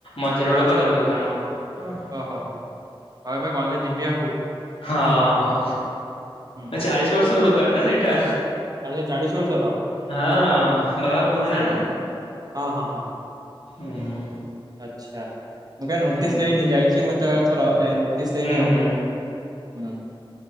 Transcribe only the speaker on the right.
ଆଚ୍ଛା
ଓହୋ ହୋ। ହଉ ଏବେ ଗଲେ ଯିବି ଆଉ।
ହୁଁ
ଆଚ୍ଛା ଚାଳିଶ ବର୍ଷର
ଆଚ୍ଛା
ହଁ ହଁ ହଁ।
ଆଚ୍ଛା। ମୁଁ କେବେ ନୋଟିସ
ଦେଇନି। ଯାଇଛି ମୁଁ ତ ଯାଏ ନୋଟିସ୍ ଦେଇନି ଆଉ।
ହୁଁ।